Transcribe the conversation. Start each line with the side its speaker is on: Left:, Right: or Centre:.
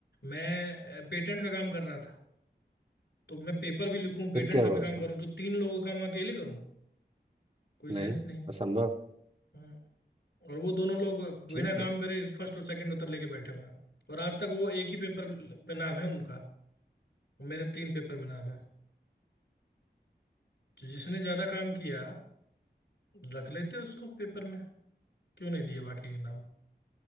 Left: मैं पेटेंट का काम कर रहा था तो मैं पेपर भी लिखूं पेटेंट
Right: फिर क्या
Left: का
Right: हुआ
Left: भी काम
Right: उसमें
Left: करूं तो तीन लोगों का काम अकेले करूं कोई
Right: नहीं
Left: सेंस नहीं है
Right: असंभव
Left: हम्म। और वो दोनों लोग बिना
Right: ठीक
Left: काम
Right: है
Left: करे फर्स्ट और सेकंड उत्तर लेके बैठे हुए हैं और आज तक वो एक ही पेपर पे नाम है उनका और मेरे तीन पेपर में नाम है तो जिसने ज्यादा काम किया रख लेते उसको पेपर में क्यों नहीं दिए बाकी के नाम